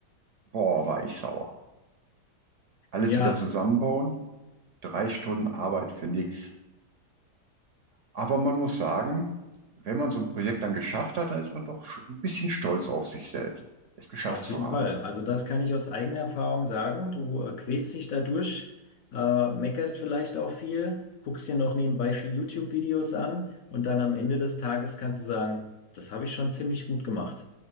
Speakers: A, on the right (about 60°); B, on the left (about 65°).
A: Boah, war ich sauer. Alles
B: Ja.
A: wieder zusammenbauen, drei Stunden Arbeit für nichts. Aber man muss sagen, wenn man so ein Projekt dann geschafft hat, dann ist man doch sch- ein bisschen stolz auf sich selbst, es geschafft
B: Auf
A: zu
B: jeden
A: haben.
B: Fall. Also das kann ich aus eigener Erfahrung sagen. Du äh, quälst dich dadurch, äh, meckerst vielleicht auch viel, guckst dir noch nebenbei viel YouTube-Videos an und dann am Ende des Tages kannst du sagen, das habe ich schon ziemlich gut gemacht.